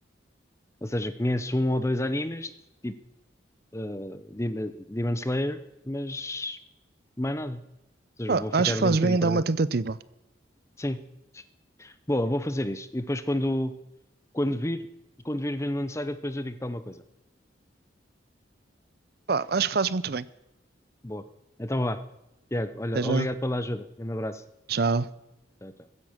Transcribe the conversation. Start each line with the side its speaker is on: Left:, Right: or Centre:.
Left: Ou seja, conheço um ou dois animes, tipo eh, Demon Demon Slayer, mas mais nada. Ou seja,
Right: Pá,
Left: eu vou ficar
Right: acho que
Left: ali
Right: fazes
Left: um bocadinho
Right: bem em
Left: perdido.
Right: dar uma tentativa.
Left: Sim, boa, vou fazer isso. E depois quando, quando vir, quando vir Vinland Saga, depois eu digo tal uma coisa.
Right: Pá, acho que fazes muito bem.
Left: Boa. Então vá. Tiago, olha,
Right: Até já.
Left: obrigado pela ajuda. Grande abraço.
Right: Tchau.
Left: Tchau, tchau.